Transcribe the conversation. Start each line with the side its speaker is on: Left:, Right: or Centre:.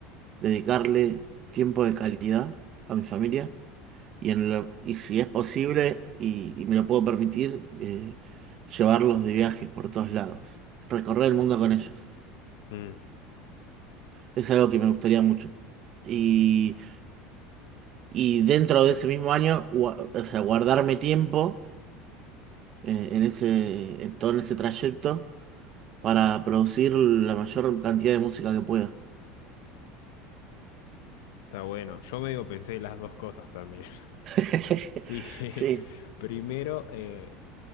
Right: dedicarle tiempo de calidad a mi familia. Y, en lo- y si es posible y, y me lo puedo permitir, eh, llevarlos de viajes por todos lados. Recorrer el mundo con ellos.
Left: Mm,
Right: Es algo que me gustaría mucho. Y, y dentro de ese mismo año, gua- o sea, guardarme tiempo eh, en ese, en todo ese trayecto para producir la mayor cantidad de música que pueda.
Left: está bueno. Yo medio pensé las dos cosas también.
Right: <laughs>
Left: <laughs> Dije,
Right: Sí,
Left: primero eh,